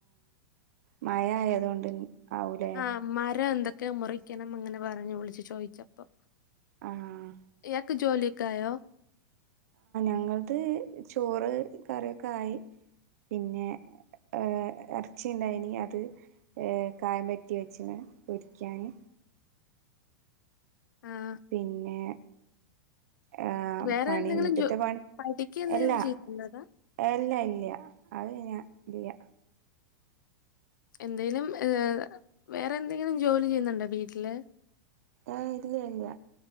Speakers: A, on the right; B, on the left.
A: മയ ആയതുകൊണ്ട് ആവൂലേ
B: ആ മരം എന്തൊക്കെ മുറിക്കണം അങ്ങനെ പറഞ്ഞു വിളിച്ചു ചോദിച്ചപ്പൊ
A: ആഹ്
B: ഇയാക്ക് ജോലിഒകെ ആയോ
A: ഞങ്ങത് ചോറ് കറീ ഒക്കെ ആയി പിന്നെ ഏ ഇറച്ചിയുണ്ടായിനി അത് കായം പറ്റി വെച്ച് പൊരിക്കാന്
B: ആഹ്
A: പിന്നെ ആ
B: വേറെ
A: പണി
B: എന്തെങ്കിലും
A: വീട്ടത്തെ
B: ജോ
A: പണി
B: പഠിക്ക എന്തെങ്കിലും
A: എല്ലാ
B: ചെയ്യുന്നുണ്ടതാ
A: എല്ല ഇല്ല അത് ഞാ ഇല്ലാ
B: എന്തേലും ഏ വേറെ എന്തെങ്കിലും ജോലി ചെയ്യുന്നുണ്ടോ വീട്ടില്
A: ആ ഇല്ല ഇല്ല